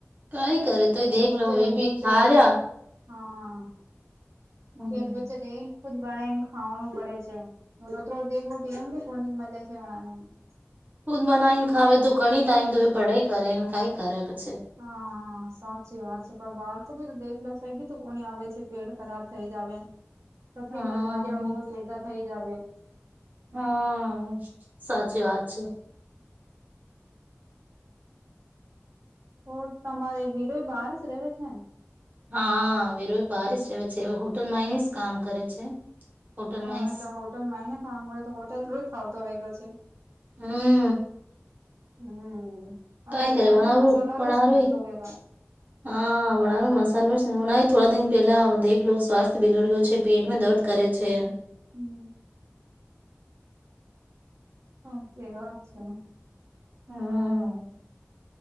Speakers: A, on the right; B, on the right.
A: કઈ કરે
B: એ
A: દેખ
B: તો પછી
A: લો
B: રુંમ
A: એ બી ખાર્યા
B: પરે. <unintelligible> હા
A: હમ
B: કે પછ ર એન ખુદ બળ એનઞમ <unintelligible> <inaudible> ખાવણું પડે છે, બત દેખવું એમ બી ફોની મળે છે, હમણાંને. <unintelligible>
A: ખુદ બનાવી ને, ખાવે તો ઘણી ટાઈમ તો, પઢાઈ કરે ને, ખાઈ કયારે પછી
B: હા. હા, સાચી વાત છે. પણ બાળકો ભી તો દેખ લે છે, બી તો કોની આવે છે, પેટ ખરાબ થઈ જ આવે ને. પટલી
A: હા
B: બીમારી હો સેધા થઈ જ આવે <unintelligible> <inaudible>
A: હમ, સાચી વાત છે.
B: તો તમારે વિરો બહાર જ રેવે છે ને.
A: હા, વિરો બાર રહે છે, હોટલમાં જ કામ કરે છે. હોટલમાં
B: હા, અચ્છા હોટલમાંય ને, ખાવા મળે, તો હોટેલ રોય ખાવતો હો ક છે. <unintelligible>
A: હમ
B: હમ હવે
A: કાંઈ
B: ધૂનાને
A: કરે વણાવું
B: મસાલા
A: વણારું
B: રસ મલતો રેગા.
A: હા વડાનો મસાલો જ હમણાં થોડા દીન પેલા દેખલો સ્વાસ્થ્ય બિગડયો છે, પેટમે દર્દ કરે છે ન.
B: હમ સાચી વાત છે.
A: હમ